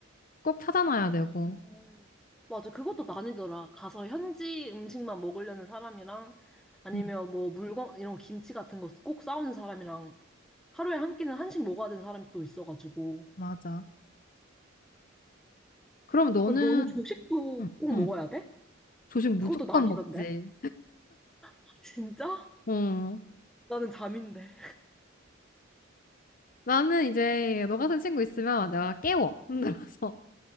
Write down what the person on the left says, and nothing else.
꼭 찾아놔야 되고.
응,
맞아. 그럼 너는,
응,
응.
조식
무조건
먹지.
응.
나는 이제 너 같은 친구 있으면 내가 깨워. 힘들어서.